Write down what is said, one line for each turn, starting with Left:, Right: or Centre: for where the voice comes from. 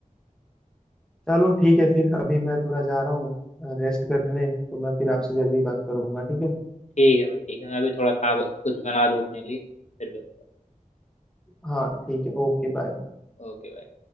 Centre: चलो ठीक है फिर अभी मैं थोड़ा जा रहा हूँ रेस्ट करने तो मैं फिर आपसे जल्दी बात करूंगा ठीक है
Left: ठीक है भाई ठीक है मैं भी थोड़ा खा कुछ बना लूँ अपने लिए फिर बताता
Centre: हाँ ठीक है ओके बाय
Left: हूँ। ओके भाई